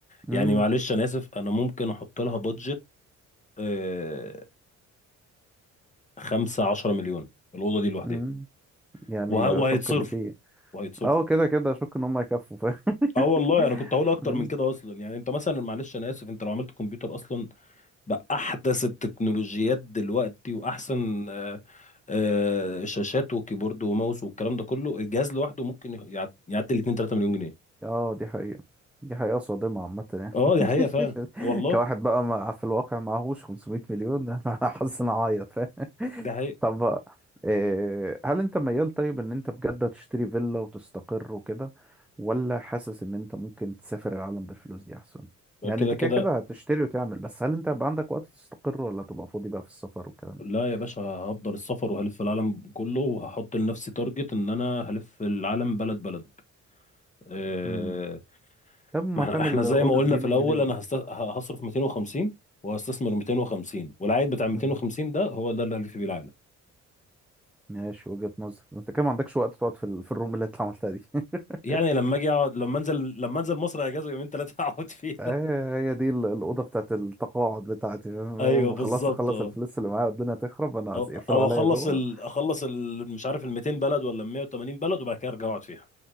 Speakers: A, in the centre; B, on the left (about 25°).
A: مم.
B: يعني معلش انا اسف انا ممكن احط لها بادجت آه، 5 10 مليون الاوضه دي لوحدها
A: مم. يعني
B: وه... وهيتصرف
A: اشك ان في
B: وهيتصرف
A: اه كده كده اشك ان هم يكفوا <laughs> فاهم
B: اه والله انا كنت هقول اكتر من كده اصلا يعني انت مثلا معلش انا اسف انت لو عملت كمبيوتر اصلا بأحدث التكنولوجيات دلوقتي وأحسن آه، آه، شاشات وكيبورد وماوس والكلام ده كله الجهاز لوحده ممكن يعد- يعدي ال 2 3 مليون جنيه
A: اه دي حقيقة دي حقيقة صادمة عامة يعني
B: اه دي حقيقة فعلا
A: <laughs>
B: والله
A: كواحد بقى ما في الواقع معهوش 500 مليون <laughs> انا حاسس ان اعيط فاهم
B: ده حقيقة
A: <laughs> طب بقى، إيه هل انت ميال طيب ان انت بجد تشتري فيلا وتستقر وكده ولا حاسس ان انت ممكن تسافر العالم بالفلوس دي احسن يعني
B: كده
A: انت
B: كده
A: كده كده هتشتري وتعمل بس هل انت هيبقى عندك وقت تستقر ولا تبقى فاضي بقى في السفر والكلام ده
B: لا يا باشا هفضل السفر وهلف العالم كله وهحط لنفسي تارجت ان انا هلف العالم بلد بلد آه،
A: امم طب ما
B: ما احنا
A: تعمل
B: احنا زي
A: اوضة
B: ما قلنا
A: جيمنج
B: في الاول
A: ليه بقى
B: انا هست- ه- هصرف 250 وهستثمر 250 والعائد بتاع 250
A: اه
B: ده هو ده اللي هلف بيه العالم
A: ماشي وجهة نظر انت كده ما عندكش وقت تقعد في ال... في الروم اللي انت عملتها دي <laughs>
B: يعني لما اجي اقعد لما انزل لما انزل مصر اجازه يومين ثلاثه اقعد فيها
A: هي هي دي ال- الأوضة بتاعت التقاعد بتاعتي
B: <laughs>
A: فاهم؟
B: ايوه
A: أول ما
B: بالظبط
A: أخلص أخلص
B: اه
A: الفلوس اللي معايا والدنيا تخرب أنا
B: او
A: يقفلوا
B: او
A: عليا
B: اخلص
A: جوه
B: ال... اخلص ال... مش عارف ال 200 بلد ولا ال 180 بلد وبعد كده ارجع اقعد فيها